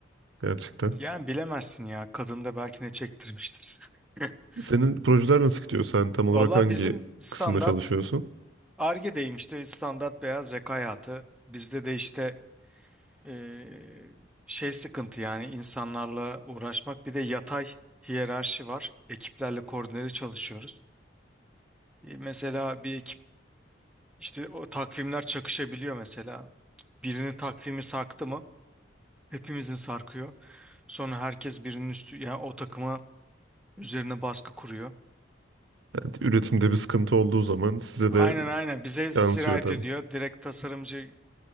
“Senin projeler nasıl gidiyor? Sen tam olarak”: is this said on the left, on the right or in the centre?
Right